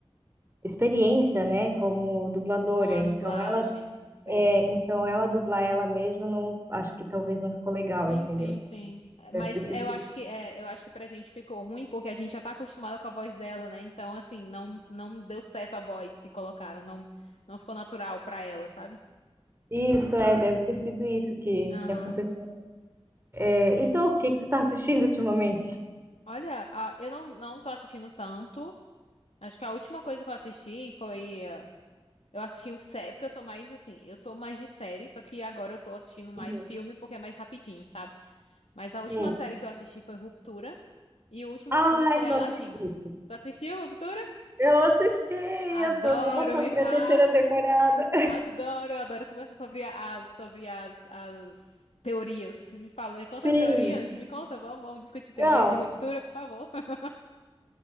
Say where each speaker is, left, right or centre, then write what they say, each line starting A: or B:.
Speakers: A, on the right (about 25°); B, on the left (about 85°).
A: experiência, né, como dubladora.
B: Com a
A: Então
B: dublagem,
A: ela,
B: sei.
A: é, então ela dublar ela mesma, não, acho que talvez não ficou legal,
B: Sim,
A: entendeu?
B: sim, sim. É, Mas
A: Deve ter sido
B: eu acho
A: isso.
B: que é, eu acho que pra gente ficou ruim porque a gente já tá acostumado com a voz dela, né? Então, assim, não não deu certo a voz que colocaram, não não ficou natural pra ela, sabe?
A: Isso, é, deve ter sido isso que,
B: Aham.
A: que aconteceu. É, E tu, o que que tu tá assistindo ultimamente?
B: Olha, ah, eu não não tô assistindo tanto. Acho que a última coisa que eu assisti foi. eh, Eu assisti um série, porque eu sou mais assim, eu sou mais de série, só que agora eu tô assistindo mais
A: Uhum.
B: filme porque é mais rapidinho, sabe? Mas a
A: Sim.
B: última série que eu assisti foi Ruptura e o último
A: Ai,
B: filme foi
A: não
B: Aladdin.
A: acredito.
B: Tu assistiu Ruptura?
A: Eu assisti, eu
B: Adoro,
A: tô louca
B: me...
A: pra
B: Ai,
A: terceira temporada.
B: adoro, eu adoro conversar sobre a- as, sobre as, as teorias. Me fala, me
A: <laughs>
B: conta
A: Sim.
B: as teorias, me conta, vamos, vamos discutir teorias
A: Não.
B: de Ruptura, por favor. <laughs>